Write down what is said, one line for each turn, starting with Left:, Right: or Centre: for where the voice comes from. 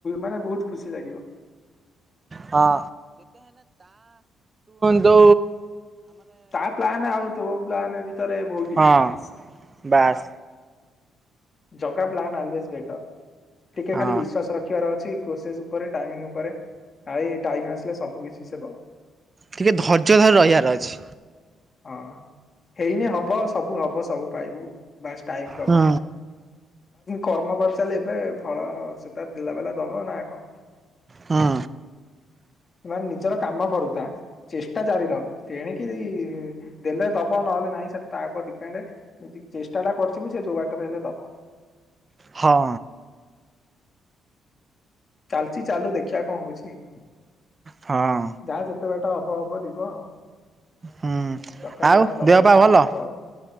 Left: ମାନେ ବହୁତ ଖୁସି ଲାଗିବ।
Right: ହଁ ତଉ
Left: ତା ପ୍ଲାନ ଆଉ ତୋ ପ୍ଲାନ ଭିତରେ ବହୁତ ଡିଫରେନ୍ସ।
Right: ହଁ ବାସ୍
Left: ଜଗା ପ୍ଲାନ୍ ଆଲୱସ୍ ବେଟର୍। ଟିକେ
Right: ହଁ।
Left: ଖାଲି ବିଶ୍ଵାସ ରଖିବାର ଅଛି। ପ୍ରୋସେସ ଉପରେ ଟାଇମିଙ୍ଗ ଉପରେ ଟାଇମ ଆସିଲେ ସବୁ କିଛି ସେ ଦବ।
Right: ଟିକେ ଧୈର୍ଯ୍ୟ ଧରି ରହିବାର ଅଛି।
Left: ହଁ ହେଇନି ହବ ସବୁ ହବ ସବୁ ପାଇବୁ। ବାସ୍ ଟାଇମ କୁ ଅପେକ୍ଷା।
Right: ହଁ
Left: କର୍ମ କରି ଚାଲେ ଏବେ ଫଳ ସେ ତାର ଦେଲା ବଲା ଦବ ନା କଣ?
Right: ହଁ
Left: ମାନେ ନିଜର କାମ କରୁଥାଏ। ଚେଷ୍ଟାଜାରି ରଖ୍ ତେଣିକି ଦେଲେ ଦବ ନହେଲେ ନାହିଁ ସେଟା ତା ଉପରେ ଡିପେଣ୍ଡ ଯଦି ଚେଷ୍ଟା ପଟା ଟା କରିଥିବୁ ସେ ଯଉ ବାଟରେ ହେଲେ ଦବ।
Right: ହଁ।
Left: ଚାଲିଚି ଚାଲୁ ଦେଖିବା କଣ ହଉଛି।
Right: ହଁ
Left: ଯାହା ଯେତେବେଳେ ତାହା ହବ ହବ ଯିବ ଆଉ।
Right: ହୁଁ
Left: ଜଗା
Right: ଆଉ
Left: ଯାହା ଦବ
Right: ଦେହ ପା
Left: ଯାହା
Right: ଭଲ।
Left: ନବ ଆଉ